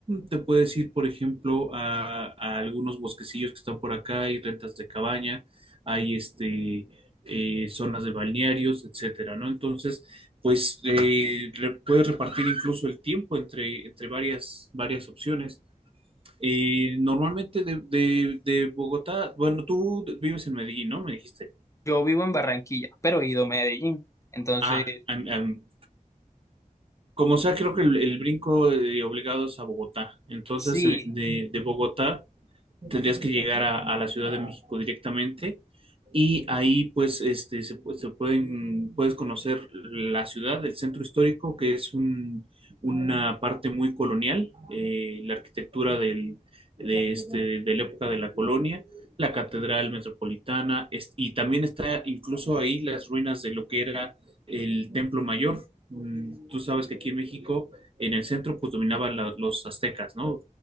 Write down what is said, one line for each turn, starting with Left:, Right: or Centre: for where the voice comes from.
Right: te puedes ir, por ejemplo, a, a algunos bosquecillos que están por acá, hay rentas de cabaña, hay este, eh, zonas de balnearios, etcétera, ¿no? Entonces, pues eh, re- puedes repartir incluso el tiempo entre, entre varias, varias opciones. Eh, normalmente de, de- de Bogotá, bueno, tú vives en Medellín, ¿no? Me dijiste.
Left: Yo vivo en Barranquilla, pero he ido a Medellín. Entonces,
Right: Ah, am- am, como sea, creo que el, el brinco eh, obligado es a Bogotá. Entonces,
Left: sí,
Right: eh, de, de Bogotá tendrías que llegar a, a la Ciudad de México directamente y ahí pues este se, pu- se pueden puedes conocer la ciudad, el centro histórico, que es un- una parte muy colonial, eh, la arquitectura del, de este de la época de la colonia, la catedral metropolitana es- y también está incluso ahí las ruinas de lo que era el Templo Mayor. Mm, Tú sabes que aquí en México, en el centro, pues dominaban la- los aztecas, ¿no?